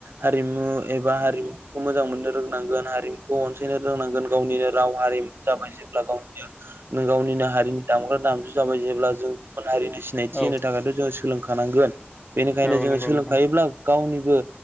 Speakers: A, on the right; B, in the centre.
A: हारिमु एबा हारिमुखौ मोजां मोन नांगौना हारिमखौ अनसायनो रोंनांगोन गावनिनो राव हारिमु जाबाय जेब्ला गावनिनो गावनिनो हारिनि दामजु जाबाय जेब्ला जों हारि सिनायथि
B: औ
A: होनो थाखायथ' जोङो सोलोंखानांगोन बेनिखायनो
B: औ
A: जोङो
B: नंगौ
A: सोलोंखायोब्ला
B: नोंथां
A: गावनि बो